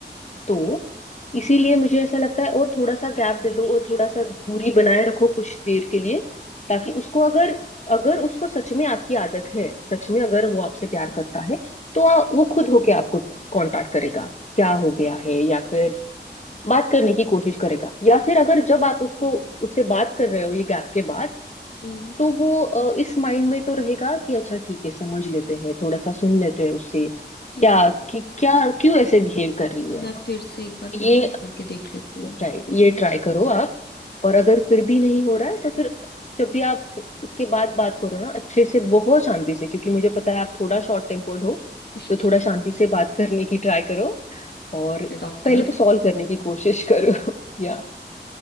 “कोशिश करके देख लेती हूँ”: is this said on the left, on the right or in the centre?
Left